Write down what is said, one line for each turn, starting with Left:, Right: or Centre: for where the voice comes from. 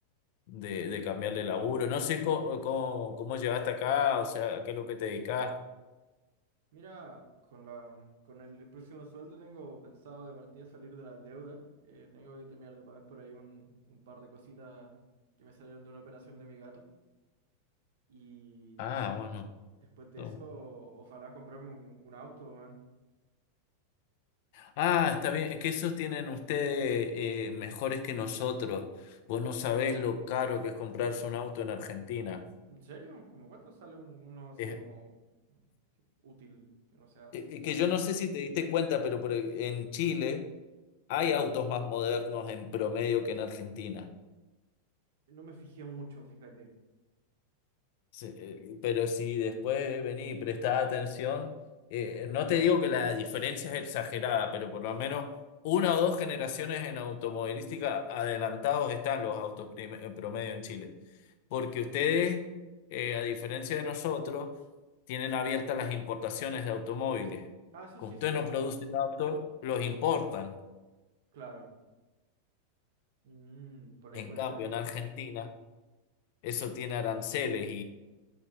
Left: de, de cambiar de laburo. No sé cómo, cómo, cómo llegaste acá, o sea, a qué es lo que te dedicás.
Right: mira, con la, con el, el próximo sueldo tengo pensado de partida salir de las deudas, que tengo que terminar de pagar por ahí un, un par de cositas que me salieron de una operación de mi gato. y
Left: Ah, bueno.
Right: Después de
Left: no.
Right: eso, ojalá comprarme un, un auto, weón.
Left: Ah, está bien, es que esos tienen ustedes eh, mejores que nosotros. Vos no sabés lo caro que es comprarse un auto en Argentina.
Right: ¿En serio? ¿Cómo cuánto sale un, uno así
Left: Es,
Right: como útil? Que no sea.
Left: es es que yo no sé si te diste cuenta, pero por, e, en Chile hay autos más modernos en promedio que en Argentina.
Right: No me fijé mucho, fíjate.
Left: Sí, eh, eh, pero si después venís y prestás atención, eh, no te digo que la diferencia es exagerada, pero por lo menos una o dos generaciones en automovilística adelantados están los autos prim- eh, promedio en Chile. Porque ustedes, eh, a diferencia de nosotros, tienen abiertas las importaciones de automóviles.
Right: Ah, eso
Left: Como
Right: sí
Left: ustedes
Right: sé.
Left: no producen autos, los importan.
Right: Claro. Mm, por
Left: En
Right: ahí puede
Left: cambio,
Right: ser entonces.
Left: en Argentina, eso tiene aranceles